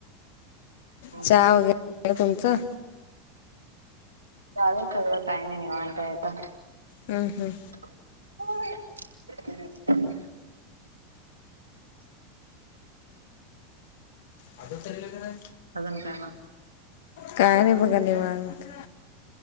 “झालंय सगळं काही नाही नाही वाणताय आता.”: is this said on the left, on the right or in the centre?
Right